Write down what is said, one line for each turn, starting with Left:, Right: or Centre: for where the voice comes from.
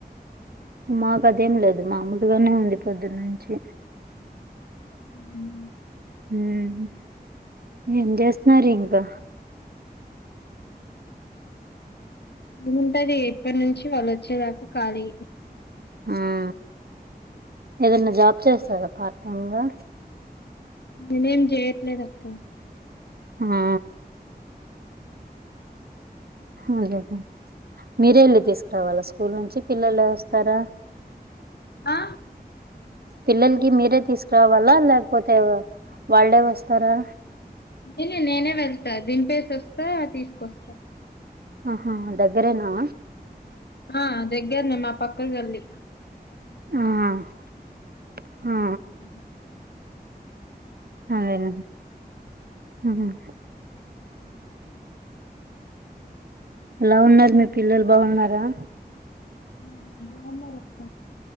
Right: మాకు అదేం లేదు మామూల్గనే ఉంది పొద్దున్నుంచి
Left: ఉ ఊ
Right: ము ఏం జెస్తున్నారు ఇంకా
Left: ఏముంటది ఇప్పటి నుంచి వాళ్ళు వోచ్చేదాకా ఖాళీ
Right: ము ఏదన్నా జాబ్ చేస్తారా పార్ట్ టైమ్ గా
Left: నేనేం జేయట్లేదు అక్క
Right: ఆ అదెలే మీరే ఎళ్ళి తీసుకురావాలా స్కూల్ నుంచి పిల్లలు ఏ వోస్తారా
Left: ఆ
Right: పిల్లలకి మీరే తీసుకురావాలా లేకపోతే వాళ్ళే వస్తారా
Left: నేను నేనే వెళ్తా దింపేసి వోస్తా తీసుకొస్తా
Right: ఆహా దగ్గరేనా
Left: ఆ దగ్గరనేే మా పక్క గల్లి
Right: ఆ ఆ
Left: ఇంకా
Right: అదేన ఉ ఉ ఎలా ఉన్నరు మీ పిల్లలు బావున్నారా
Left: ఆ బావున్నరక్క